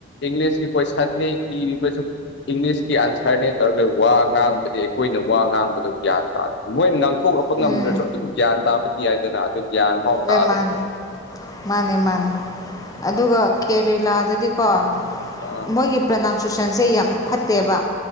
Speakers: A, on the left (about 60°); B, on the left (about 20°).
A: ꯏꯪꯂꯤꯁꯀꯤ ꯀꯣꯏ ꯁꯟꯅꯤ ꯏ ꯀꯁꯨ ꯏꯪꯂꯤꯁꯀꯤ ꯑꯟꯁꯔꯅꯦ ꯇꯧꯔꯒ ꯋꯥ ꯉꯥꯡꯕꯗꯤ ꯑꯩꯈꯣꯏꯅ ꯋꯥ ꯉꯥꯡꯕꯗꯣ ꯒ꯭ꯌꯥꯟ ꯇꯥꯗꯦ ꯃꯣꯏ ꯉꯥꯡꯊꯣꯛꯂꯛꯄ
B: ꯎꯝ
A: ꯉꯝꯗ꯭ꯔꯁꯨ ꯑꯗꯨꯝ ꯒ꯭ꯌꯥꯟ ꯇꯥꯕꯗꯤ ꯌꯥꯏꯗꯅ ꯑꯗꯨ ꯒ꯭ꯌꯥꯟ ꯐꯥꯎ
B: ꯔꯦꯃꯅꯤ
A: ꯇꯥꯗꯕꯗꯣ
B: ꯃꯥꯅꯦ ꯃꯥꯅꯦ ꯑꯗꯨꯒ ꯀꯦꯔꯦꯂꯥꯗꯗꯤꯀꯣ
A: ꯑ
B: ꯃꯣꯏꯒꯤ ꯄ꯭ꯔꯅꯥꯎꯟꯁꯤꯁꯟꯁꯦ ꯌꯥꯝ ꯐꯠꯇꯦꯕ